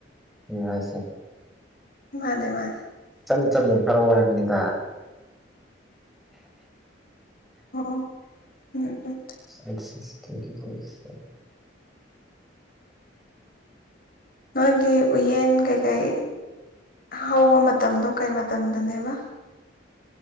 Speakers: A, in the centre; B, on the left.
A: ꯑꯩꯅ ꯍꯥꯏꯁꯦ
B: ꯃꯥꯅꯦ ꯃꯥꯅꯦ
A: ꯏꯆꯝ ꯆꯝꯅ ꯊꯥꯔꯛꯑꯣ ꯍꯥꯏꯕꯅꯤꯗ
B: ꯑꯣ ꯎꯝ ꯎꯝ
A: <unintelligible>
B: ꯅꯣꯏꯒꯤ ꯎꯌꯦꯟ ꯀꯩꯀꯩ ꯍꯧꯕ ꯃꯇꯝꯗꯣ ꯀꯩ ꯃꯇꯝꯗꯅꯦꯕ